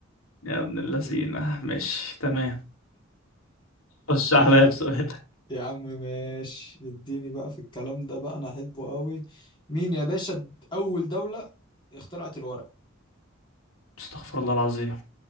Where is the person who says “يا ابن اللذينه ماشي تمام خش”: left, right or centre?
Left